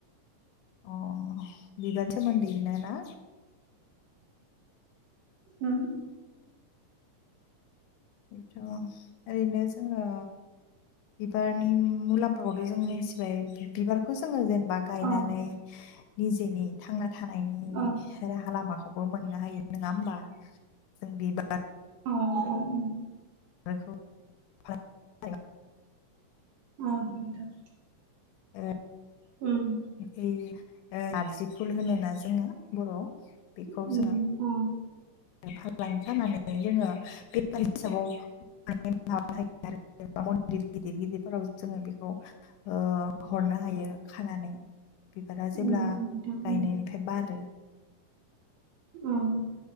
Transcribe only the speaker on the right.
उम।
अ
अ
अ नंगौ उम।
औ नोंथां।
उम।
उम
औ।
उम
नोंथां उम
उम।